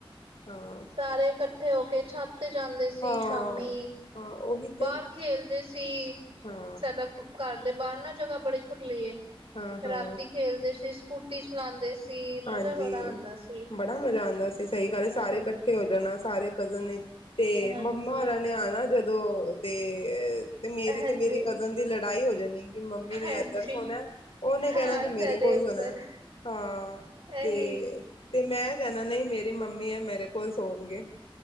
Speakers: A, on the left; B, on the right.
A: ਹਾਂ
B: ਸਾਰੇ ਕੱਠੇ ਹੋ ਕੇ ਛੱਤ ਤੇ ਜਾਂਦੇ ਸੀ
A: ਹਾਂ
B: ਸ਼ਾਮੀ
A: ਹਾਂ ਉਹੀ ਤੇ
B: ਬਾਰ ਖੇਲਦੇ ਸੀ,
A: ਹਾਂ
B: ਸਾਡਾ ਘਰ ਦੇ ਬਾਰ ਨਾ ਜਗ੍ਹਾ ਬੜੀ ਖੁੱਲੀ ਏ,
A: ਹਾਂ ਹਾਂ
B: ਰਾਤੀ ਖੇਲਦੇ ਸੀ ਸਕੂਟੀ ਚਲਾਂਦੇ ਸੀ।
A: ਹਾਂਜੀ,
B: ਮਜ਼ਾ ਬੜਾ ਆਉਂਦਾ ਸੀ
A: ਬੜਾ ਮਜ਼ਾ ਆਂਦਾ ਸੀ ਸਈ ਗੱਲ ਈ ਸਾਰੇ
B: ਹਾਂਜੀ
A: ਕੱਠੇ ਹੋ ਜਾਨਾ ਸਾਰੇ ਕਜ਼ਨ ਨੇ। ਤੇ
B: ਹਾਂਜੀ
A: ਮੰਮਾ ਹੁਨਾ ਨੇ ਆਨਾ ਜਦੋਂ ਤੇ ਮੇਰੀ
B: ਹਾਂਜੀ
A: ਤੇ ਮੇਰੀ ਕਜ਼ਨ ਦੀ ਲੜ ਲੜਾਈ ਹੋ ਜਾਨੀ। ਕੇ ਮੰਮੀ ਨੇ
B: ਹਾਂਜੀ
A: ਏਦਰ ਸੋਨਾ, ਓਨੇ ਕੈਨਾ
B: ਹਾਂ
A: ਕੇ
B: ਸਾਡੇ
A: ਮੇਰੇ ਕੋਲ
B: ਉੱਪਰ
A: ਸੋਨਾ, ਹਾਂ। ਤੇ-ਤੇ
B: ਇਹੀ
A: ਮੈਂ ਕੈਨਾ ਨਈ ਮੇਰੀ ਮੰਮੀ ਐ ਮੇਰੇ ਕੋਲ ਸੋਨਗੇ।